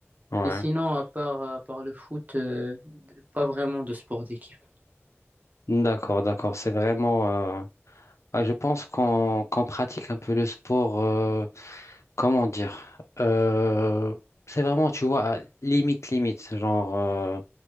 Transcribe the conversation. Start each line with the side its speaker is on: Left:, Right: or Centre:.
Left: Ouais.
Right: Et sinon, à part, à part le foot, euh, pas vraiment de sport d'équipe.
Left: D'accord, d'accord. C'est vraiment. euh, ah, je pense qu'on qu'on pratique un peu le sport. euh, comment dire? euh, c'est vraiment, tu vois, à limite, limite. Genre, euh,